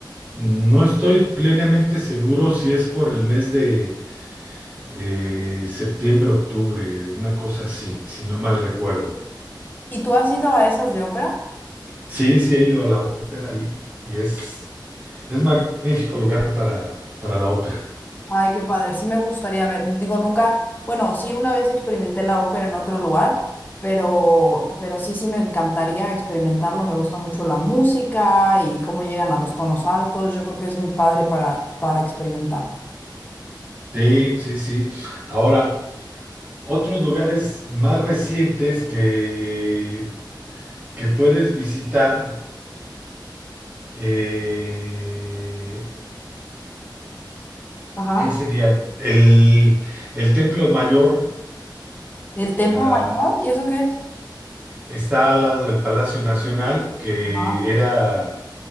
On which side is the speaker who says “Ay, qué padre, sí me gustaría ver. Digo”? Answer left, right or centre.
Left